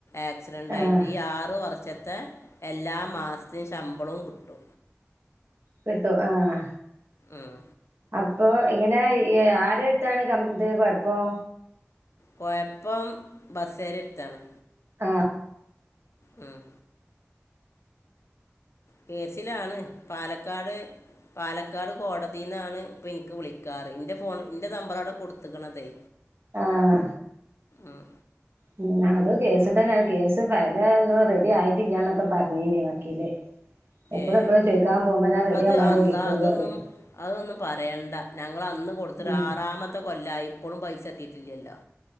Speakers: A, on the left; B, on the right.
A: ആക്സിഡന്റ്
B: ആഹ്
A: ആയിട്ട് ഈ ആറ് വർഷത്തെ എല്ലാ മാസത്തെ ശമ്പളവും കിട്ടും.
B: കിട്ടും ആഹ്
A: ആഹ്.
B: അപ്പോ ഇങ്ങനെ ആരെടുത്താണ് ക ഇത് കൊയപ്പം.
A: കൊഴപ്പം ബസ്സാരെടുത്താണ്.
B: ആഹ്
A: ഉം കേസിലാണ് പാലക്കാട് പാലക്കാട് കോടതിന്നാണ് ഇപ്പൊ എനിക്ക് വിളിക്കാറ്, ഇന്റെ ഫോൺ ഇന്റെ നമ്പറാ അവിടെ കൊടുത്ത്ക്കണതേ
B: ആഹ്
A: ആഹ്
B: ഉം ഞങ്ങൾതും കേസ് തന്നെയാ കേസ് ഫയല് ഒന്നും റെഡി ആയിട്ടില്ലന്നൊക്കെ പറഞ്ഞീനി വക്കീല്. എപ്പഴും
A: ഏ
B: എപ്പഴും ചോയിക്കാൻ പോകുമ്പോ ഞാൻ റെഡി
A: അത്
B: ആവാൻ വേണ്ടി
A: അല്ലാഹ്
B: വിളിക്കണ്ട്
A: അതൊന്നും
B: പറയും
A: അതൊന്നും പറയണ്ട, ഞങ്ങൾ അന്ന് കൊടുത്തിട്ട്
B: ഉം
A: ആറാമത്തെ ത്തെ കൊല്ലായി ഇപ്പോഴും പൈസ എത്തിയിട്ടില്ലല്ലോ.